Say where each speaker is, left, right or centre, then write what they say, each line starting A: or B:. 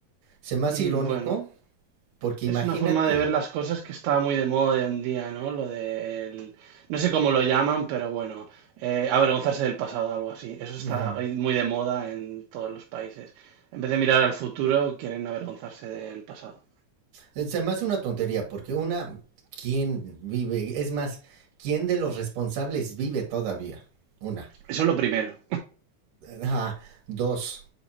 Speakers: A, on the right; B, on the right.
A: Se me
B: Mm,
A: hace irónico
B: Bueno,
A: porque
B: Es
A: imagínate,
B: una forma de ver las cosas que está muy de moda hoy en día, ¿no? Lo del, no sé cómo lo llaman, pero bueno, eh, avergonzarse del pasado, algo así. Eso está
A: ujú,
B: hoy muy de moda en todos los países. En vez de mirar al futuro, quieren avergonzarse del pasado.
A: eh, se me hace una tontería porque una, ¿quién vive? Es más, ¿quién de los responsables vive todavía? Una.
B: Eso es lo primero.
A: Ajá, dos.